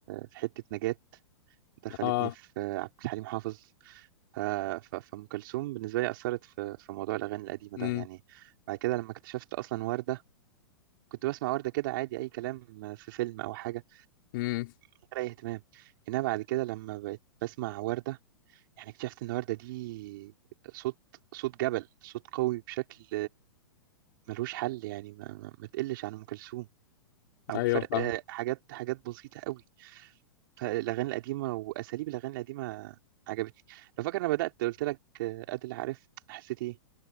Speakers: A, on the right; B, on the left.
A: في حته نجاة دخلتني
B: اه
A: في عبد الحليم حافظ ف- ف- فام كلثوم بالنسبه لي اثرت في في موضوع الاغاني القديمه
B: امم
A: ده يعني بعد كده لما اكتشفت اصلا ورده كنت بسمع ورده كده عادي اي كلام في فيلم او حاجه
B: امم
A: من غير اي اهتمام انها بعد كده لما بقيت بسمع ورده يعني اكتشفت ان ورده دي صوت صوت جبل صوت قوي بشكل ملوش حل يعني ما, ما ما تقلش عن ام كلثوم او
B: ايوه
A: الفرق
B: فاهم
A: حاجات حاجات بسيطه قوي فالاغاني القديمه واساليب الاغاني القديمه عجبتني لو فاكر انا بدات قلت لك آه، ادل عارف حسيت ايه